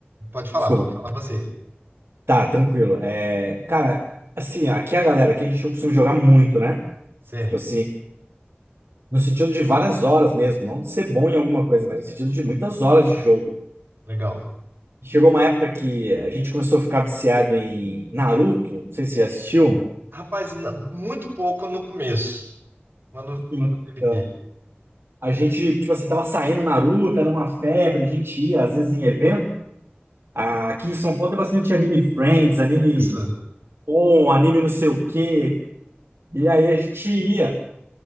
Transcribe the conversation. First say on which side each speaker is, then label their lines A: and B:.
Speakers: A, on the right (about 55°); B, on the right (about 70°).
A: Pode falar,
B: desculpa.
A: pode falar você.
B: Tá, tranquilo. É, cara, assim, aqui é a galera, aqui a gente não costuma jogar muito, né?
A: Certo,
B: Tipo assim, no sentido de várias horas mesmo, não de ser bom em alguma coisa, mas no sentido de muitas horas de jogo.
A: legal.
B: Chegou uma época que a gente começou a ficar viciado em Naruto, não sei se você já assistiu.
A: Rapaz, na- muito pouco no começo, quando,
B: Então,
A: quando teve que.
B: a gente, tipo assim, tava saindo Naruto, era uma febre, a gente ia, às vezes, em evento. Ah, aqui em São Paulo tem bastante anime Friends, anime
A: Isso,
B: On, anime não sei o quê. E aí a gente ia